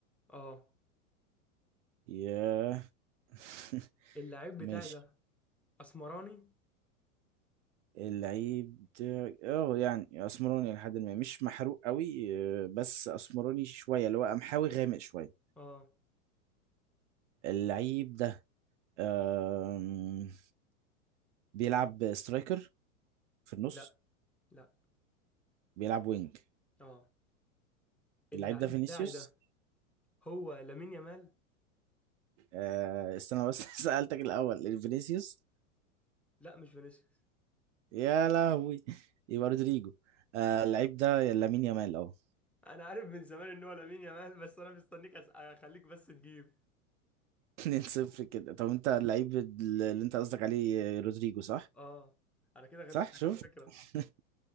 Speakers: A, in the centre; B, on the right.
A: اه
B: يا <laughs>
A: اللعيب بتاعي
B: ماشي
A: ده اسمراني
B: اللعيب بتاعي اه يعني اسمراني لحد ما مش محروق قوي آه، بس اسمراني شويه اللي هو قمحاوي غامق شويه
A: اه
B: اللعيب ده آم، بيلعب سترايكر في النص
A: لا لا
B: بيلعب وينج
A: اه اللعيب
B: اللعيب ده فينيسيوس
A: بتاعي ده هو لامين يامال
B: آه، استنى بس <laughs> سألتك الاول فينيسيوس
A: لا مش فينيسيوس
B: يا لهوي يبقى رودريجو آه، اللعيب ده يا لامين يامال اه
A: انا عارف من زمان ان هو لامين يامال بس انا مستنيك أس- اخليك بس تجيب
B: <laughs> 2 0 كده طب انت اللعيب اللي انت قصدك عليه رودريجو صح؟
A: اه انا كده غلبتك
B: صح شفت
A: على فكره
B: <laughs>